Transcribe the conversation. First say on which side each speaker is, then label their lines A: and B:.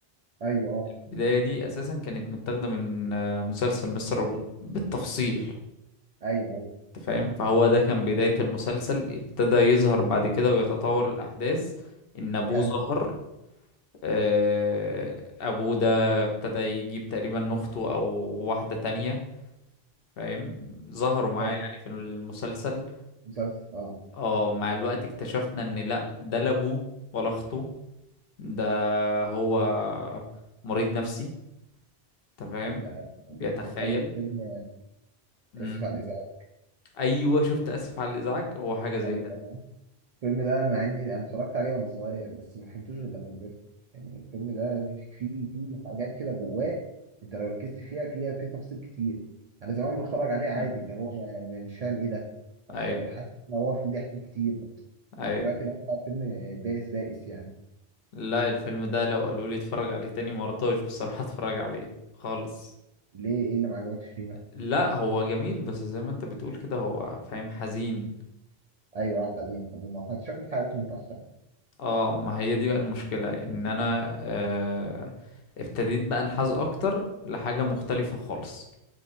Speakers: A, on the right; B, on the left.
A: ايوه اه
B: البداية دي أساسا كانت متاخدة من آه، مسلسل مستر روبوت بالتفصيل
A: ايوه ايوه
B: انت فاهم فهو ده كان بداية المسلسل ابتدى يظهر بعد كده ويتطور الأحداث إن أبوه
A: حلو
B: ظهر آه، أبوه ده ابتدى يجيب تقريبا أخته أو واحدة تانية فاهم ظهروا معاه
A: حلو
B: يعني في المسلسل
A: مسلسل اه
B: اه مع الوقت اكتشفنا إن لأ ده لا أبوه ولا أخته ده هو مريض نفسي أنت فاهم
A: ده
B: بيتخيل
A: بيفكرني بفيلم
B: مم.
A: اسف على الازعاج
B: أيوه شفت آسف على الإزعاج هو حاجة زي
A: ايوه
B: كده
A: الفيلم ده مع اني انا اتفرجت عليه وانا صغير بس ما فهمتوش غير لما كبرت يعني الفيلم ده فيه فيه حاجات كده جواه انت لو ركزت فيها فيها في تفاصيل كتير انا زمان بتفرج عليه عادي
B: مم.
A: اللي هو ما ما- مش فاهم ايه ده طب
B: أيوه
A: حاسس ان هو فيه ضحك كتير
B: أيوه
A: دلوقتي لا بقى الفيلم بائس بائس يعني
B: لا الفيلم ده لو قالوا لي اتفرج عليه تاني ما رضاش بصراحة اتفرج عليه خالص
A: ليه ايه اللي ما عجبكش فيه مثلا
B: لا هو جميل بس زي ما انت بتقول كده هو فاهم حزين
A: ايوه حزين حزين ما احنا اكتشفنا حقيقته متاخر يعني
B: اه ما هي دي بقى المشكلة ان انا آه ابتديت بقى انحاز اكتر لحاجة مختلفة خالص